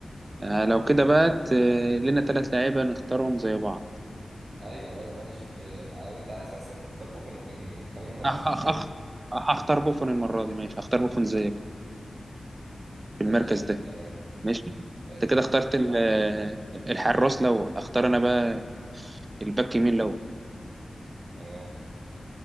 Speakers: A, on the right; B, on the right.
A: آه، لو كده بقى ت- لنا تلات لعيبة نختارهم زي بعض
B: ايوه ايوه ماشي آه، وانت عايز مثلا تختار بوفون ك- كمان ما
A: أخ
B: فيش مشكلة
A: أخ أخ هختار بوفون المرة دي ماشي هختار بوفون زيك في
B: ماشي
A: المركز ده
B: تمام
A: ماشي
B: أه،
A: أنت كده اخترت ال-
B: بح-
A: الحراس لو أختار أنا بقى الباك يمين لو
B: تمام